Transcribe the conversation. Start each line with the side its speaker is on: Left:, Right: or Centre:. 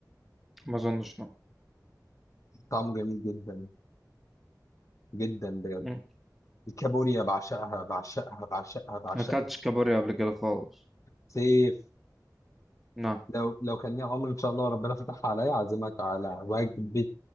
Centre: ما اظنش لا
Left: طعمه جميل جدا جدا بجد
Centre: مم.
Left: الكابوريا بعشقها بعشقها بعشقها بعشقها
Centre: ما اكلتش كابوريا قبل كده خالص
Left: سيف
Centre: نعم
Left: لو لو كان لي عمر ان شاء الله ربنا فتحها عليا اعزمك على وجبه